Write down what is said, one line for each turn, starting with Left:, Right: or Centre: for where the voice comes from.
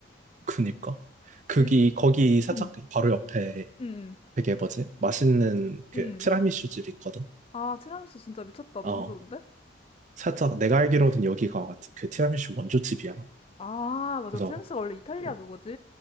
Right: 그니까. 거기,
Left: 우리,
Right: 거기 살짝
Left: 음,
Right: 바로 옆에
Left: 음, 음.
Right: 되게 뭐지? 맛있는 그
Left: 음.
Right: 티라미슈 집이 있거든?
Left: 아, 티라미수 진짜 미쳤다. 너무
Right: 어.
Left: 좋은데?
Right: 살짝 내가 알기로는 여기가 그 티라미슈 원조 집이야.
Left: 아, 맞아.
Right: 그래서,
Left: 티라미수가 원래 이탈리아
Right: 어,
Left: 그거지?